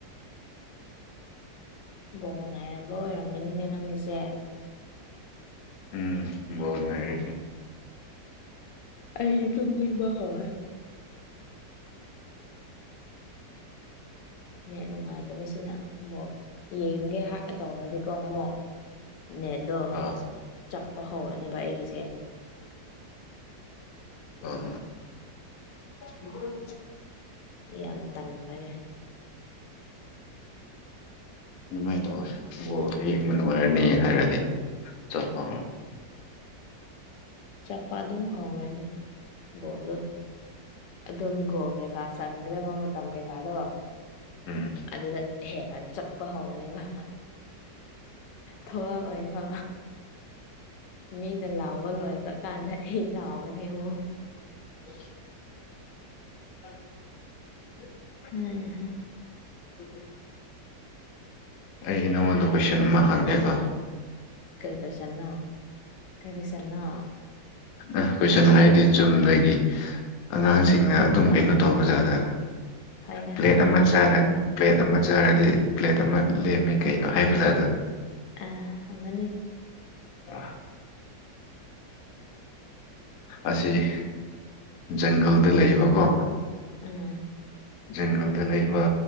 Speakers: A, on the left; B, on the left.
A: ꯕꯣ ꯉꯥꯏꯔꯝꯕ ꯑꯣꯏꯔꯝꯒꯅꯤꯅꯦ ꯅꯪꯒꯤꯁꯦ
B: ꯎꯝ ꯣꯅꯔꯤ
A: ꯑꯩꯗꯤ ꯇꯨꯝꯅꯤꯡꯕ ꯍꯧꯥꯎꯋꯦ ꯅ ꯅꯨꯡꯉꯥꯏꯇꯕꯁꯤꯅ ꯕꯣꯔ ꯌꯦꯡꯒꯦ ꯇꯧꯔꯗꯤꯀꯣ ꯑꯃꯛ ꯅꯗꯣ
B: ꯑꯥ
A: ꯆꯞꯄ ꯍꯧꯔꯅꯦꯕ ꯑꯩꯒꯤꯁꯦ
B: ꯑ ꯎꯝ
A: ꯌꯥꯝ ꯇꯟꯕꯅꯦ
B: ꯑꯗꯨꯃꯥꯏꯅ ꯇꯧꯋꯦ ꯕꯣꯔꯁꯤ ꯌꯦꯡꯃꯟ ꯑꯣꯏꯔꯅꯤ ꯍꯥꯏꯔꯗꯤ ꯆꯞ ꯐꯥꯎꯔꯅꯤ
A: ꯆꯞꯄ ꯑꯗꯨꯝ ꯍꯧꯔꯅꯤ ꯕꯣꯜꯗ ꯑꯗꯨꯝꯒꯣ ꯀꯩꯀꯥ ꯆꯟꯒꯗꯕ ꯃꯇꯝ ꯀꯩꯀꯥꯗꯣ
B: ꯎꯝ
A: ꯑꯗꯨꯗ ꯍꯦꯔꯥꯜ ꯆꯠꯄ ꯍꯧꯧꯕꯅꯦꯕ ꯊꯧꯔꯥꯛ ꯑꯣꯏꯕ ꯃꯤꯅ ꯂꯥꯎꯕ ꯂꯣꯏꯈ꯭ꯔꯀꯥꯟꯗ ꯑꯩ ꯂꯥꯎꯒꯅꯦꯕ
B: ꯎ <inaudible>
A: ꯎꯝ
B: ꯎꯝ ꯑꯩ ꯅꯪꯉꯣꯟꯗ ꯀꯣꯏꯁꯟ ꯑꯃ ꯍꯪꯉꯦꯀꯣ
A: ꯀꯩ ꯀꯩꯁꯦꯜꯅ ꯀꯥꯏ ꯀꯩꯁꯅꯥ
B: ꯑ ꯀꯣꯏꯁꯟ ꯍꯥꯏꯗꯤ ꯆꯨꯝꯅꯗꯒꯤ ꯑꯉꯥꯡꯁꯤꯡꯅ ꯑꯗꯨꯝ ꯀꯩꯅꯣ ꯇꯧꯕꯖꯥꯗ꯭ꯔ
A: ꯍꯥꯏꯅꯦ
B: ꯄ꯭ꯂꯦꯠ
A: ꯍꯥꯏꯅꯦ
B: ꯑꯃ
A: ꯍꯪꯉꯅꯤ
B: ꯆꯥꯔꯗꯤ
A: ꯍꯪꯉꯅꯤ
B: ꯄ꯭ꯂꯦꯠ ꯑꯃ ꯆꯥꯔꯗꯤ ꯄ꯭ꯂꯦꯠ ꯑꯃ ꯂꯦꯝꯃꯦ ꯀꯩꯅꯣ ꯍꯥꯏꯕꯖꯥ ꯑꯗꯨꯗ
A: ꯑ ꯑꯉꯅꯤ
B: ꯑ ꯑꯁꯤ ꯖꯪꯒꯜꯗ ꯂꯩꯕꯀꯣ
A: ꯎꯝ
B: ꯖꯪꯒꯜꯗ ꯂꯩꯕ